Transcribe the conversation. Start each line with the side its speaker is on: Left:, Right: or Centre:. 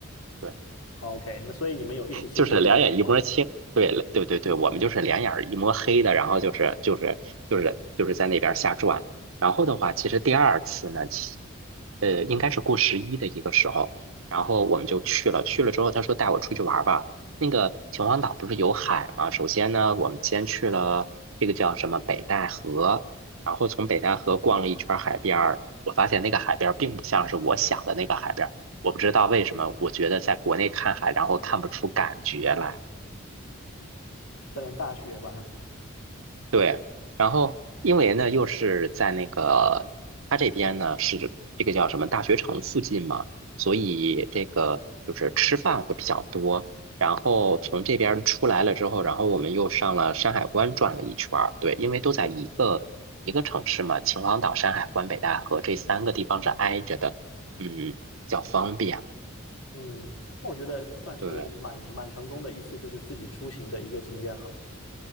Right: 对，
Left: 好，OK，那所以你们有一起出去旅游吗？
Right: 就是两眼一摸清，对对对对，我们就是两眼儿一摸黑的，然后就是就是就是就是在那边儿瞎转。然后的话，其实第二次呢，其呃，应该是过十一的一个时候，然后我们就去了。去了之后，他说带我出去玩儿吧。那个秦皇岛不是有海吗？首先呢，我们先去了这个叫什么北戴河，然后从北戴河逛了一圈儿海边儿。我发现那个海边儿并不像是我想的那个海边我不知道为什么，我觉得在国内看海，然后看不出感觉来。
Left: 可能大学吧。
Right: 对，然后因为呢，又是在那个他这边呢是这个叫什么大学城附近嘛，所以这个就是吃饭会比较多。然后从这边出来了之后，然后我们又上了山海关转了一圈儿。对，因为都在一个一个城市嘛，秦皇岛、山海关、北戴河这三个地方是挨着的，嗯，比较方便。
Left: 嗯，那我觉得算是蛮蛮成功的一次，
Right: 对。
Left: 就是自己出行的一个经验了。